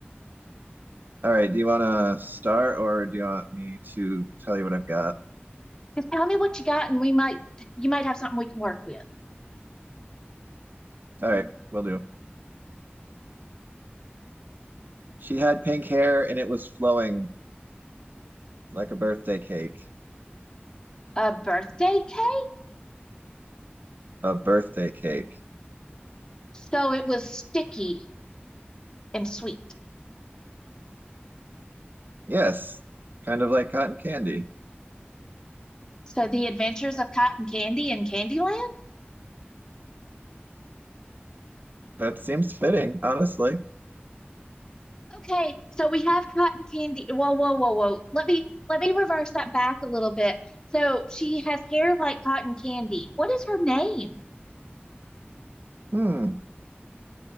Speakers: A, on the right; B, on the left.
A: all right. Do you want to start, or do you want me to tell you what I've got?
B: Just tell me what you got, and we might you might have something we can work with.
A: All right, we'll do. She had pink hair, and it was flowing like a birthday cake.
B: A birthday cake?
A: A birthday cake.
B: So it was sticky and sweet.
A: Yes, kind of like cotton candy.
B: So the adventures of cotton candy and Candyland?
A: That seems fitting, honestly.
B: Okay, so we have cotton candy. Whoa, whoa, whoa, whoa. Let me let me reverse that back a little bit. So she has hair like cotton candy. What is her name?
A: Hmm.